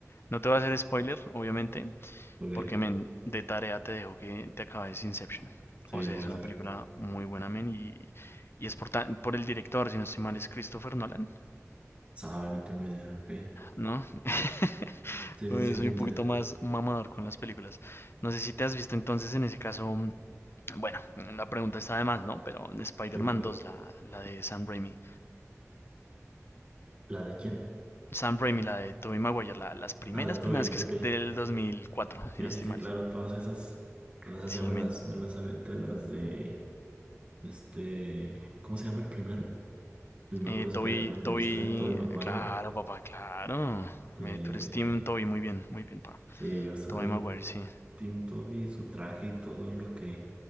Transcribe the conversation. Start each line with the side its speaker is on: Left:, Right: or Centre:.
Left: No te voy a hacer spoiler, obviamente,
Right: ok,
Left: Porque, men, de tarea te dejo que te acabes Inception.
Right: sí,
Left: O sea,
Right: lo
Left: es
Right: voy a
Left: una
Right: hacer.
Left: película muy buena, men, y, y es por, ta- por el director, si no estoy mal, es Christopher Nolan,
Right: Sabe, no tengo idea, ok.
Left: ¿no? <laughs>
Right: Sí,
Left: Pues
Right: no sé quién
Left: soy un poquito
Right: sea.
Left: más mamador con las películas. No sé si te has visto entonces en ese caso, mm, bueno, la pregunta está de más, ¿no? Pero Spider-Man
Right: <laughs> ¿Cuál?
Left: 2, la, la de Sam Raimi.
Right: ¿La de quién?
Left: Sam Raimi, la de Tobey Maguire, la- las primeras,
Right: Ah, de Toby,
Left: primeras que
Right: ok.
Left: es del 2004,
Right: Sí,
Left: si no estoy
Right: sí, sí,
Left: mal.
Right: claro, todas esas, todas esas
Left: Sí,
Right: ya me
Left: men.
Right: las, me las aventé, las de, este, ¿cómo se llama el primero? El mejor
Left: Eh,
Right: Spider-Man
Left: Toby,
Right: de
Left: Toby,
Right: la historia, Tobey Maguire.
Left: claro, papá, claro.
Right: Eh,
Left: Me, tú eres Team Toby, muy bien, muy bien, papá.
Right: sí, yo soy
Left: Toby Maguire, sí.
Right: Team Tobey, su traje y todo es lo que...